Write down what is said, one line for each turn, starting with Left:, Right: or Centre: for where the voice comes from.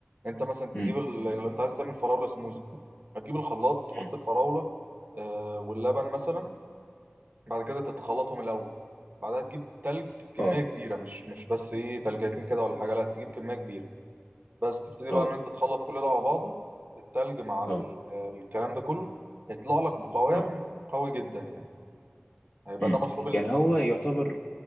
Right: انت مثلا تجيب
Left: امم
Right: ال... لو انت عايز تعمل فراوله سموزي هتجيب الخلاط تحط
Left: أمم.
Right: الفراوله آه واللبن مثلا بعد كده تتخلطهم الاول بعدها تجيب تلج كميه
Left: اه
Right: كبيره مش مش بس ايه تلجيتين كده ولا حاجه لا تجيب كميه كبيره بس تبتدي
Left: اه
Right: بقى ان انت تخلط كل ده على بعضه التلج مع ال-
Left: اه
Right: الكلام ده كله هيطلع لك بقوام
Left: اه
Right: قوي جدا يعني هيبقى
Left: امم
Right: ده مشروب السموذي
Left: يعني هو يعتبر